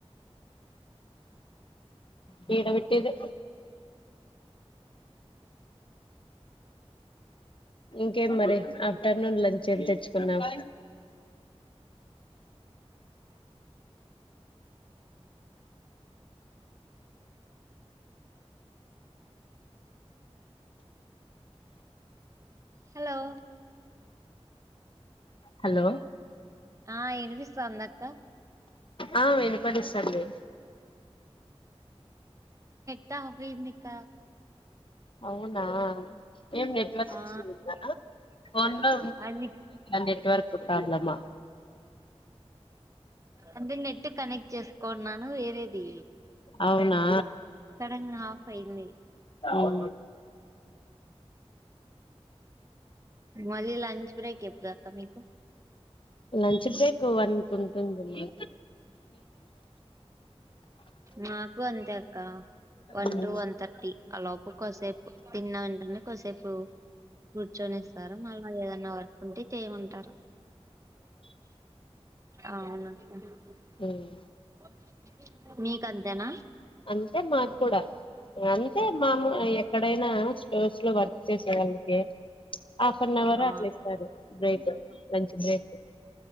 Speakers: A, on the left; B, on the right.
A: వీడ పెట్టిది
B: అ
A: ఇంకేం మరి ఆఫ్టర్నూన్ లంచ్ ఏం తెచ్చుకున్నావ్
B: అ హలో
A: హలో
B: ఆ వినిపిస్తోందా అక్క
A: ఆ వినపడిస్తాంది
B: త మీనిక
A: అవునా ఏం నెట్వర్క్
B: ఆ
A: సిస్ందా పోన్లో
B: అది
A: నెట్వర్క్ ప్రాబ్లమా
B: అంటే నెట్ కనెక్ట్ చేసుకున్నాను వేరేది
A: అవునా!
B: సడన్ గా ఆఫ్ అయింది
A: హ్మ్.
B: ఆ మళ్ళీ లంచ్ బ్రేక్ ఎప్పుడు అక్క మీకు
A: లంచ్ బ్రేకు వన్ కు ఉంటుందిమ్మా
B: మాకు అంతే అక్క వన్
A: ఉమ్
B: టు వన్ థర్టీ కొసేపు తిన్నా వెంటనే కొసేపు కూర్చొనిస్తారు మళ్ళా ఏదన్నా వర్కు ఉంటే చేయమంటారు అవును అక్క
A: ఉమ్
B: మీకు అంతేనా
A: అంతే మాక్కూడా అంతే మాము ఎక్కడైనా స్టోర్స్ లో వర్క్ చేసేవాళ్ళకి హాఫ్ అన్ అవర్
B: ఆ
A: అట్లా ఇస్తాడు బ్రేక్ లంచ్ బ్రేక్